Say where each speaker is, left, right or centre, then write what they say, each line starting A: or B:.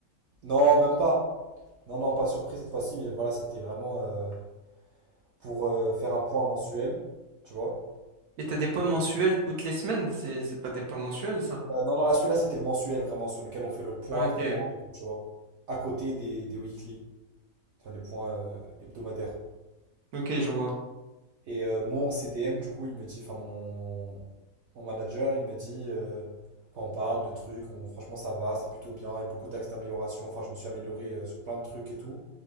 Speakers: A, on the right; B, on the right.
A: Non, même pas. Non, non, pas surpris cette fois-ci, mais voilà, c'était vraiment euh, pour euh, faire un point mensuel, tu vois.
B: Et t'as des points
A: Et,
B: mensuels toutes les semaines, c'est c'est pas des points mensuels, ça?
A: euh, non, non, là, celui-là, c'était le mensuel vraiment, sur lequel on fait le point
B: Ah, Ok,
A: vraiment, et tout, tu vois. À côté des, des weekly, enfin des points euh, hebdomadaires.
B: ok, je vois.
A: Et euh, mon CDM, du coup, il me dit, enfin mon, mon, mon manager, il me dit, euh, enfin, on parle de trucs, on- franchement ça va, c'est plutôt bien, il y a beaucoup d'axes d'amélioration, enfin je me suis amélioré euh, sur plein de trucs et tout,